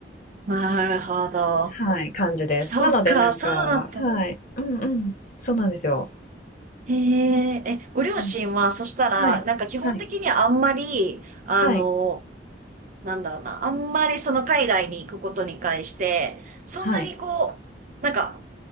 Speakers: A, on the right; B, on the left.
A: なるほど。
B: はい、感じです。
A: そっか、
B: なのでなんか、
A: そうだった。
B: はい、うんうん、そうなんですよ。
A: へえ、え、ご両親は、
B: うん
A: そしたら、
B: はい、
A: なんか基本的にあんまり、
B: はい、
A: あの、
B: はい、
A: なんだろうな、あんまりその海外に行くことに関して、そんなにこう、
B: はい。
A: なんか、